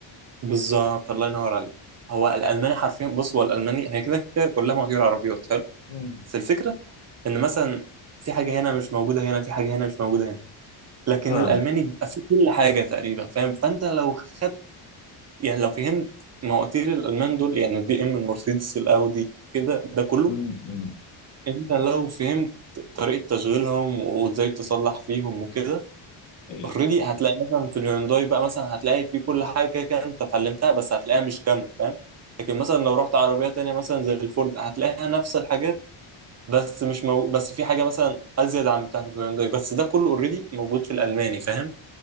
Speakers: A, on the right; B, on the left.
A: بالظبط الله ينور عليك هو الالماني حرفيا بص هو الالماني هي كده كده كلها مواتير عربيات حلو
B: مم.
A: بس الفكره ان مثلا في حاجه هنا مش موجوده هنا في حاجه هنا مش موجوده هنا لكن
B: فاهم
A: الالماني بيبقى فيه كل حاجه تقريبا فاهم فانت لو خدت يعني لو فهمت مواتير الالمان دول يعني البي ام المرسيدس الاودي كده ده كله
B: مم. مم.
A: انت لو فهمت طريقه تشغيلهم وازاي تصلح فيهم وكده
B: أي-
A: اوريدي هتلاقي مثلا في الهيونداي بقى مثلا هتلاقي في كل حاجه كده كده انت اتعلمتها بس هتلاقيها مش كامله فاهم لكن مثلا لو رحت عربيه تانية مثلا زي الفورد هتلاقيها نفس الحاجات بس مش مو... بس في حاجه مثلا ازيد عن بتاعه الهيونداي بس ده كله اوريدي موجود في الالماني فاهم